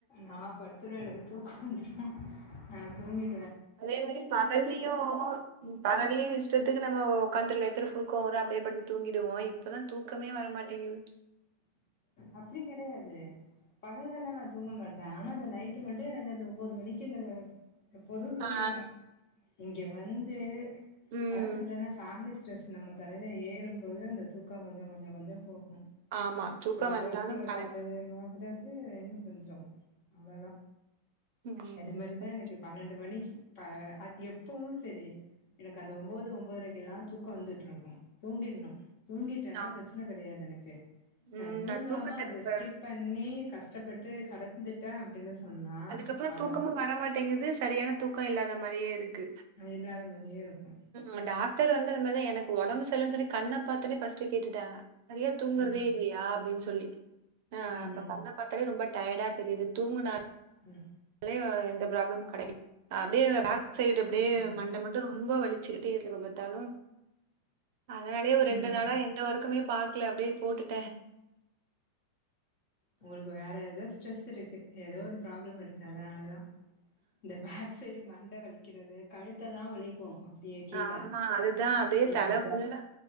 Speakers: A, on the left; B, on the right.
A: நா படுத்துருவே எனக்கு தூக்கொ வந்த்ரு நா தூங்கிட்
B: அதே மேரி பகல்லியு பகல்லியு இஷ்டத் துக்கு நம்மொ ஒக்காந்த்ர டைத்துல தூக்கொ வரு அப்டியே படுத்து தூங்கிடுவோ இப்பதா தூக்கமே வர மாட்டேங்கிது
A: அப்டி கெடையாது பகல்லலா நா தூங்க மாட்ட ஆனா அந்த நைட்டு மட்டு எனக்கு அந்த ஒம்போது மணிக்கி இந்த ஸ் எப்போது தூங்கிடுவ
B: ஆ.
A: இங்கெ வந்து
B: ம்.
A: அதா சொல்றன ஃபேம்லிஸ் ஸ்ட்ரெஸ் நம்ம தலையில ஏறும்போது அந்த தூக்கொ கொஞ்சங் கொஞ்சங் கொஞ்சொ போஹு
B: ஆமா தூக்கோ
A: அப்றொ
B: வந்தாலும்
A: ஒர்க் லோட்
B: தலை
A: அதிகமாறது இன்னு கொஞ்சொ அவ்ளோதா
B: ம்
A: அது மாரிதா
B: சரி
A: எனக்கு பன்னெண்டு மணிக்கி ப எப்பவு செரி எனக்கு அந்த ஒம்போது ஒம்போதரைக்கில்லா தூக்கொ வந்துட்ருக்கு தூங்கிட்ணு தூங்கிட்டன்னா
B: ஆமா
A: ப்ரச்சனக் கடையாது எனக்கு
B: ம்
A: நா தூங்காம
B: தூக்கத்துல
A: அத
B: இப்ப
A: ஸ்கிப் பண்ணி கஸ் டப்பட்டு கடக்குந்துட்ட அப்டின்னு சொன்னா
B: அதுக்கப்றொ
A: அவ்ளோதா
B: தூக்கமு வரமாட்டேங்கிது சரியான தூக்கொ இல்லாத மாரியே இருக் கு
A: இல்லாத மாரியே இருக்கு
B: ம் டாக்டர் வந்து அந்த மாரிதா எனக் பொ ஒடம்பு சயில்லன் சொல்லி கண்ணப் பாத்தொன்னே ஃபஸ்ட்டு கேட்டுட்டாங்க நறைய தூங்குறதே
A: ம்
B: இல்லையா அப்டின் சொல்லி ஆ
A: ம்
B: அதா கண்ணப் பாத்தாலே ரொம்ப டயடா தெரியுது தூங்குனா
A: ம்
B: லே எந்த ப்ராப்ளமு கடலி அ அப்டே பேக் சைடு அப்டே
A: ம்
B: மண்ட மட்டு ரொம்ப வலி சிக்கிட்டே இருக்கு எபெப பாத்தாலு அதனாலயே ஒரு ரெண்டு
A: ம்
B: நாளா எந்த ஒர்க்குமே பாக்ல அப்டே போட்டுட்ட
A: உங்களுக்கு வேற ஏதோ ஸ்ட்ரெஸ் இருக்கு ஏதோ ஒரு ப்ராப்ளம் இருக்கு அதனாலதா இந்த பேக் சைடு மண்ட வலிக்கிறது கழுத்தெல்லா வலிக்கு அ ப்டியே கீழ
B: ஆமா அதுதான் அப்டியே
A: எனக்
B: தல ஃபுல்லா